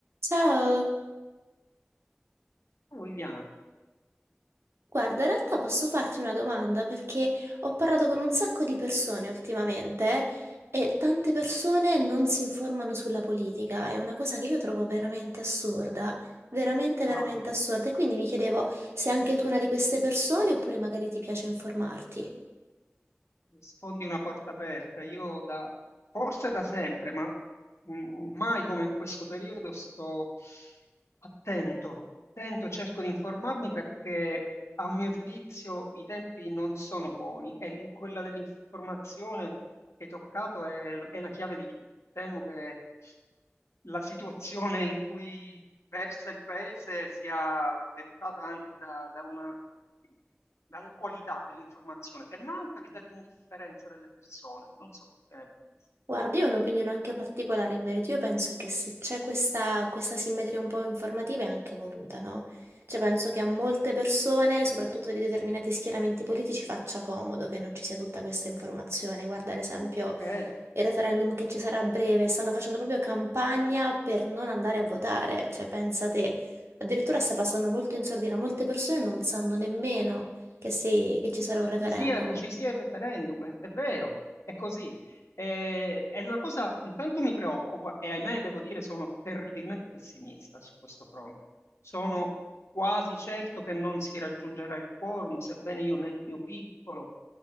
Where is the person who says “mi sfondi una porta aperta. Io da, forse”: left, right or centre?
Left